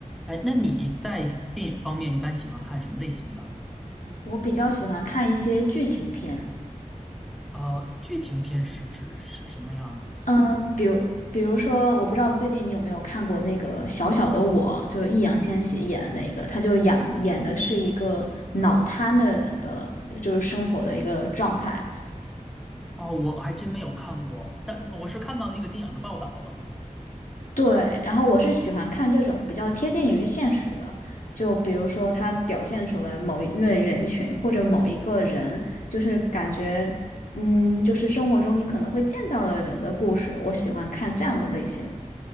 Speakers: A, in the centre; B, on the left (about 70°).
A: 哎，那你在电影方面一般喜欢看什么类型的？
B: 我比较喜欢看一些剧情片，
A: 呃，剧情片是指什什么样的？
B: 嗯，比如比如说，我不知道最近你有没有看过那个《小小的我》，就是易烊千玺演的那个，他就演演的是一个脑瘫的人的，就是生活的一个状态。
A: 哦，我还真没有看过，但我是看到那个电影的报道了。
B: 对，然后我是喜欢看这种比较贴近于现实的，就比如说他表现出来某一类人群或者某一个人，就是感觉，嗯，就是生活中你可能会见到的人的故事，我喜欢看这样的类型。